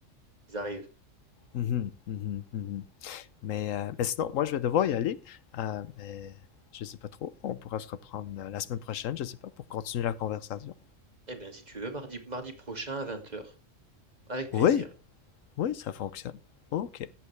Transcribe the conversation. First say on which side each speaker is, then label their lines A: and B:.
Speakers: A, on the right; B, on the left.
A: ils arrivent.
B: mhm, mhm, mhm. Mais, euh, mais sinon, moi, je vais devoir y aller. Euh, mais je sais pas trop. On pourra se reprendre euh, la semaine prochaine, je sais pas, pour continuer la conversation.
A: Eh bien, si tu veux, mardi, mardi prochain à vingt heures avec plaisir.
B: Oui, oui, ça fonctionne. Ok.